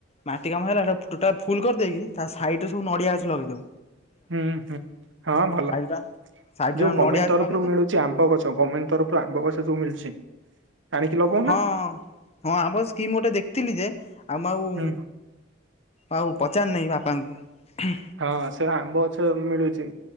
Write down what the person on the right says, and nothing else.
ହୁଁ, ହୁଁ, ହଁ ଭଲ।
ଯୋଉ
ଗଭର୍ମେଣ୍ଟ
ତରଫରୁ
ମିଳୁ ଚି ଆମ୍ବ ଗଛ, ଗମେଣ୍ଟ ତରଫରୁ ଆମ୍ବ ଗଛ ଯୋଉ ମିଳୁଚି। ଆଣିିକି ଲଗଉଁ
ହୁଁ
ହଁ, ସେ ଆମ୍ବ ଗଛ ଏବେ ମିଳୁଛି।